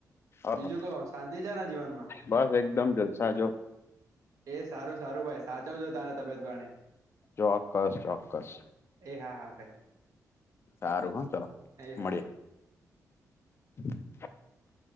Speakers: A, on the left; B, on the right.
A: અહા
B: બીજું કહો શાંતિ છે ને જીવનમાં
A: બસ એકદમ જલસા જો.
B: એ સારું સારું ભાઈ. સાચવજો તારે તબિયત પાણી.
A: ચોક્કસ ચોક્કસ.
B: એ હા હા ભાઈ
A: સારું હ ચલો
B: એ હા
A: મળીએે. <inaudible>